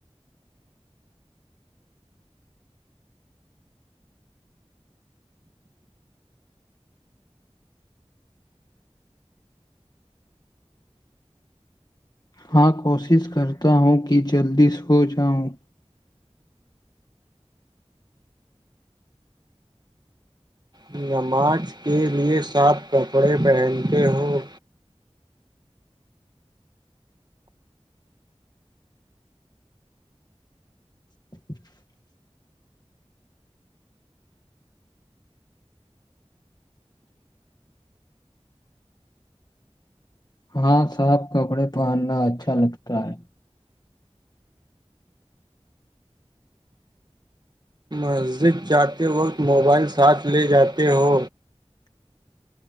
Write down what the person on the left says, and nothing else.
ہاں کوشش کرتا ہوں کہ جلدی سو جاؤں
<inaudible> ہاں صاف کپڑے پہننا اچھا لگتا ہے